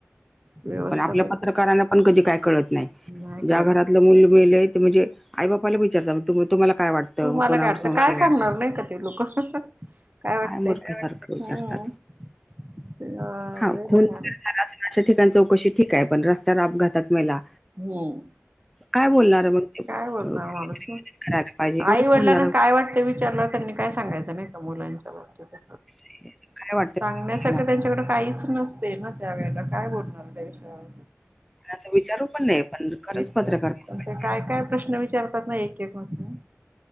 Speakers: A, on the right; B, in the centre.
A: व्यवस्था
B: आपल्या
A: पण
B: पत्रकारांना पण कधी काय कळत नाही,,
A: नाही
B: ज्या
A: कळत
B: घरात मुलं मेलयं ते म्हणजे, आई बापाला विचारतात, तुम्हाला काय वाटतं.
A: तु
B: मग
A: मला
B: कोणावर
A: काय वाटतं,
B: संशय
A: काय सांगणार
B: आहे?"
A: नाही का ते लोकं,, काय वाटतय,,
B: मूर्खासारखं विचारतात
A: हम्म. ते अ
B: हा
A: लय
B: खून
A: भयानक.
B: वगैरे झाला असेल अशा ठिकाणी चौकशी ठीक आहे, पण रस्त्यावर अपघातात मेला
A: हम्म.
B: काय बोलणार मग ते अ,
A: काय बोलणार माणूस ना,
B: करायला पाहिजे एवढंच
A: आई वडिलांना
B: म्हणणार
A: काय वाटतंय विचारलं त्यांनी काय सांगायच नाही का मुलांच्या बाबतीत
B: काय वाटतं
A: सांगण्यासारख
B: तुला मला?
A: त्यांच्याकडे काहीच नसत. तेना त्या वेळेला काय बोलणार त्या विषयावर.
B: अस विचारू पण नाही पण. खरंच
A: विचार
B: पत्रकार खूप आहेत
A: काय काय प्रश्न विचारतात ना एक एक नुसते.